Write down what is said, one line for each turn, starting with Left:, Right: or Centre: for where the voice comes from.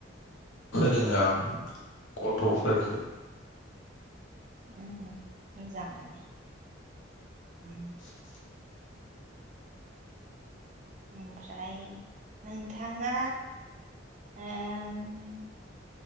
Left: फोरोङो आं गथ'फोरखो
Right: उम मोजाङानो। उम
Left: <inaudible>
Right: ओमफ्राय नोंथाङा ओम